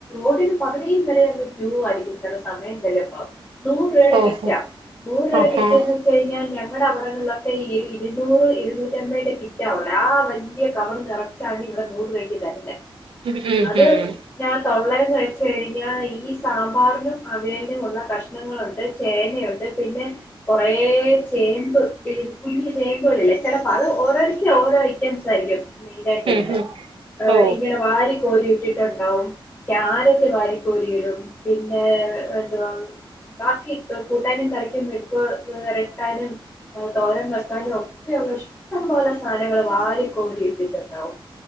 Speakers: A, on the left; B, on the right.
A: ഒടുവിൽ പകുതീം നേര അങ്ങു ക്യൂ ആയിരിയ്ക്കും ചെല സമയം ചെല്ലുമ്പം നൂറ് രൂപയുടെ
B: ഓഹോ
A: കിറ്റാ നൂറു രൂപേടെ
B: ആഹ്
A: കിറ്റെന്ന്
B: ആഹ്
A: വെച്ച് കഴിഞ്ഞാൽ ഞങ്ങടെ അവിടങ്ങളിലൊക്കെ ഇത് ഇരുന്നൂറ് എഴുന്നൂറ്റമ്പതിന്റെ കിറ്റ് റ്റാ ഒള്ളെ വലിയ കവറു നിറച്ചാണ് ഇവിടെ നൂറു രൂപയ്ക്കെ തരുന്നേ
B: ഉം ഉം
A: അത്
B: ഉം
A: ഞാൻ തലേന്ന് കഴിച്ച് കഴിഞ്ഞാ ഈ സാമ്പാറിനും അവിയലിനുമുള്ള കഷ്ണങ്ങളുണ്ട് ചേനയുണ്ട് പിന്നെ കുറേചേ മ്പ് ചേമ്പ്കു ഞ്ഞു ചേമ്പുകളി ല്ലേ ചിലപ്പോ അത് ഓരോ എല്ലാം ഓരോ ഐറ്റംസ് ആയിരിക്കും മെയിൻ ആയിട്ട്
B: ഉം
A: ഇടുന്നെ
B: ഉം ഓ
A: ഇങ്ങനെ വാരി കോരി ഇട്ടിട്ടുണ്ടാവും ക്യാരറ്റ് വാരി കോരി ഇടും പിന്നെ എന്തുവ ബാക്കി കൂട്ടാനും ക റിക്കും മെഴുക്കു വിരട്ടാനും തോരം വെക്കാാനും ഒക്കെ അവ ഇഷ്ടംപോലെ സാധനങ്ങൾ വാരി കോോരി ഇട്ടിട്ടുണ്ടാവും